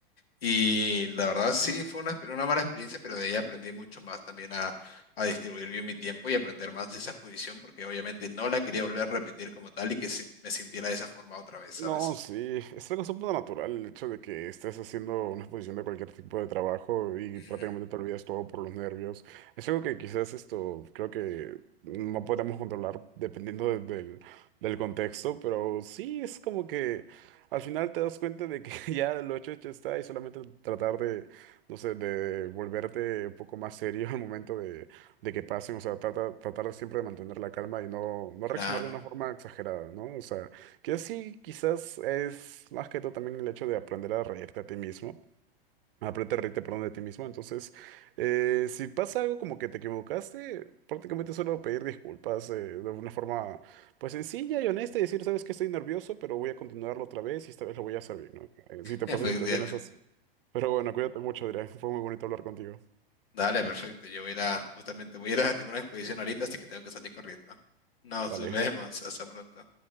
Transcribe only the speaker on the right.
No, sí, es algo súper natural el hecho de que estés haciendo una exposición de cualquier tipo de trabajo y
prácticamente te olvidas todo por los nervios. Es algo que quizás esto creo que no podemos controlar dependiendo de- del, del contexto, pero sí es como que al final te das cuenta de que <laughs> ya lo hecho, hecho está y solamente tratar de, no sé, de volverte un poco más serio al momento de, de que pasen, o sea, trata, tratar siempre de mantener la calma y no, no
reaccionar de una forma exagerada, ¿no? O sea... Que sí, quizás es más que todo también el hecho de aprender a reírte a ti mismo. Aprender a reírte, perdón, de ti mismo. Entonces, eh, si pasa algo como que te equivocaste, prácticamente solo pedir disculpas eh, de una forma pues sencilla y honesta y decir, sabes que estoy nervioso, pero voy a continuarlo otra vez y esta vez lo voy a hacer bien, ¿no? Eh, si te
pasan situaciones así. Pero bueno, cuídate mucho, Adrián. Fue muy bonito hablar contigo.
Dale.